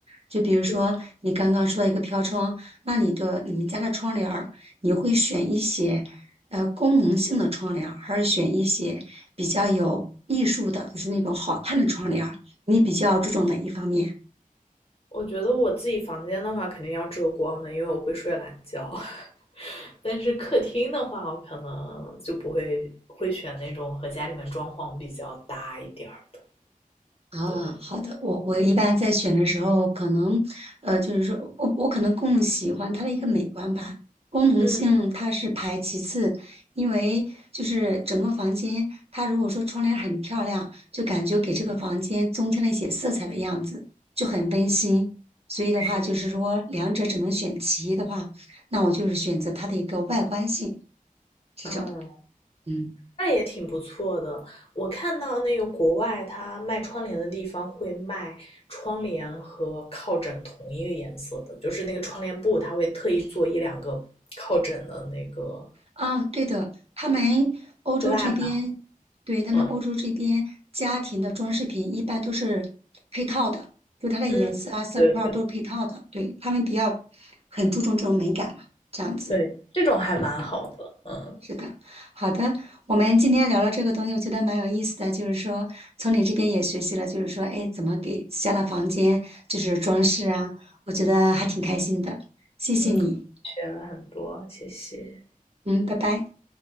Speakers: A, on the right; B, on the left.
A: 就比如说你刚刚说到一个飘窗，
B: 对，
A: 那你的你们家的窗帘儿你会选一些呃功能性的窗帘儿还是选一些比较有艺术的，就是那种好看的窗帘儿你比较注重哪一方面？
B: 我觉得我自己房间的话，肯定要遮光的，因为我会睡懒觉。<laughs> 但是客厅的话，我可能就不会会选那种和家里面装潢比较搭一点儿的。
A: 啊，
B: 对，
A: 好的，我我一般在选的时候，可能，呃，就是说我我可能更喜欢它的一个美观吧，功能性它是排其次，
B: 嗯，
A: 因为就是整个房间，它如果说窗帘很漂亮，就感觉给这个房间增添了一些色彩的样子，就很温馨。所以的话，
B: 是，
A: 就是说两者只能选其一的话，那我就是选择它的一个外观性这种，
B: 嗯，
A: 嗯。
B: 那也挺不错的。我看到那个国外它卖窗帘的地方会卖窗帘和靠枕同一个颜色的，就是那个窗帘布，它会特意做一两个靠枕的那个，
A: 啊，对的，他们欧洲这边，
B: 就它还蛮，
A: 对，他们欧洲这边家庭的装饰品一般都是配套的，
B: 嗯
A: 就它的颜色啊、
B: 嗯。
A: 色块儿都是配套的。
B: 对
A: 对，他们比较很注重这种美感嘛，这样子。
B: 对，这种还蛮好的，嗯
A: 是的，好的，我们今天聊了这个东西，我觉得蛮有意思的，就是说从你这边也学习了，就是说，哎，怎么给自家的房间就是装饰啊，我觉得还挺开心的，谢谢你，
B: 嗯，学了很多，谢谢，
A: 嗯，拜拜。